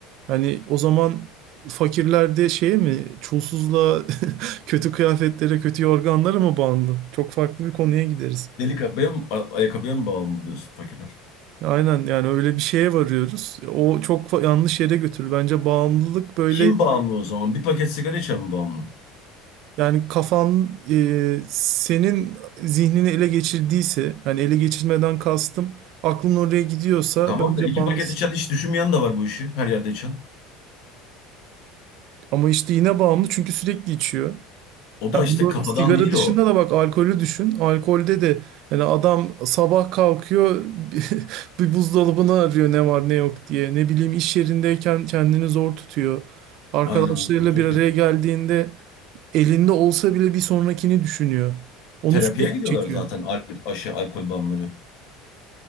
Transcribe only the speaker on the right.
Yani o zaman fakirler de şeye mi, çulsuzluğa, <laughs> kötü kıyafetlere, kötü yorganlara mı bağımlı? Çok farklı bir konuya gideriz.
Aynen yani öyle bir şeye varıyoruz. O çok fa- yanlış yere götürür. Bence bağımlılık böyle
yani kafan e, senin zihnini ele geçirdiyse yani ele geçirmeden kastım aklın oraya gidiyorsa
bence
bağımlısın.
Ama işte yine bağımlı çünkü sürekli içiyor.
Ya
bu
sigara
dışında
da bak alkolü düşün. Alkolde de yani adam sabah kalkıyor <laughs> bir buzdolabını arıyor ne var ne yok diye. Ne bileyim iş yerindeyken kendini zor tutuyor. Arkadaşlarıyla
bir araya
geldiğinde elinde olsa bile bir sonrakini düşünüyor. Onu
sürekli
çekiyor.